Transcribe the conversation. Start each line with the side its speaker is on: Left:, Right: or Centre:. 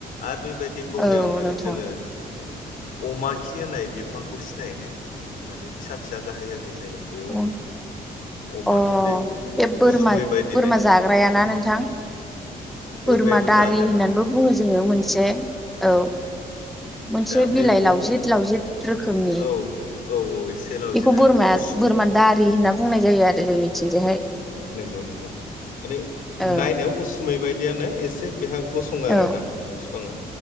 Left: आरो बेबायदि बौनायावनो
Centre: औ नोंथां
Left: जोंङो अमा खि होननाय बिफांखौ सिनायनो माने फिसा फिसा गाहाय गाहाय जायो बेयाव
Centre: औ
Left: अमाखि
Centre: अ
Left: बे
Centre: बे बोरमा
Left: उसुमै बायदिनो
Centre: बोरमा जाग्रायाना नोंथां
Left: बोरमायाबो
Centre: बोरमादारि
Left: जागोन
Centre: होननानैबो बुङो जोङो मोनसे औ मोनसे
Left: दा बे
Centre: बिलाइ
Left: अम
Centre: लावजिद लावजिद रोखोमनि
Left: औ औ औ एसे लावजे
Centre: बेखौ
Left: थाङोना
Centre: बोरमाया
Left: उसु
Centre: बोरमा दारि होनना बुंनाय जायो आरो जोंनिथिंजायहाय
Left: नंगौ नंगौ माने
Centre: औ
Left: नायनायाव उसुमै बायदियानो एसे बेहा गसुं आरोना
Centre: औ
Left: बिफाङा